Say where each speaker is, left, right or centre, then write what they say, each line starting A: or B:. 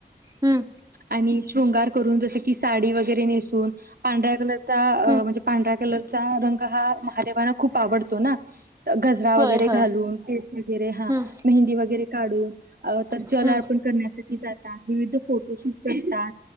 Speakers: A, on the right; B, on the right.
A: हम्म
B: आणि शृंगार करून जस की साडी वगैरे नेसून पांढऱ्या कलरचा
A: हम्म
B: म्हणजे पांढ रा कलरचा रंग हा महादेवाना खूप आवडतो ना गजरा
A: होय
B: वगैरे
A: होय
B: घालून केस वगैरे हा
A: हम्म
B: मेहंदी वगैरे काढून तर
A: हम्म
B: जल अर्पण करण्यासाठी जातात विविध फोटोशूट करतात.